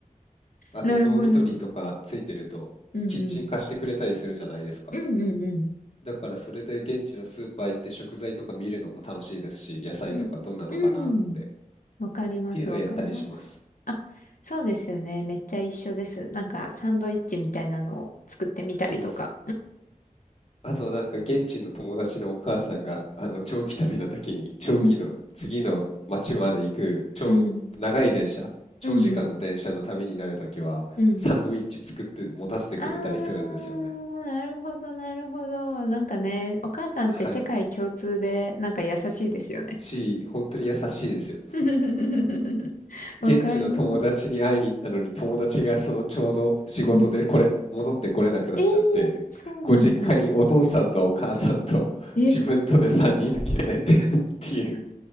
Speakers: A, on the left; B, on the left.
A: あと、
B: なるほど。
A: ドーミトリーとかついてると、
B: うんうん。
A: キッチン貸してくれたりするじゃないですか。
B: うんうんうん。
A: だからそれで現地のスーパー行って食材とか見るのも楽しいですし、野菜とかどんなのかなってっ
B: うん。うん。わかります、
A: ていうのをやったりします。
B: わかります。あ、そうですよね。めっちゃ一緒です。なんか、サンドイッチみたいなのを作ってみたりとか。
A: そうです。あとはなんか現地の友達のお母さんがあの長期旅の時に長期の次の町まで行く長、
B: うん。うん。
A: 長い電車、長時間の電車の旅になる時はサンドイッチ作って持たせてくれたりするんですよね。
B: うんうん。うん。あー、なるほど、なるほど。なんかね、お母さんって世界共通で、
A: はい。
B: なんか優しいですよね。
A: し、本当に優しいですよ。
B: <laughs> わかります。
A: 現地の友達に会いに行ったのに友達がそのちょうど仕事でこれ戻ってこれなくなっちゃってご実家にお父さんとお母さんと自分とで3人だけで
B: うん。ええそうなんだ。え、
A: <laughs> っていう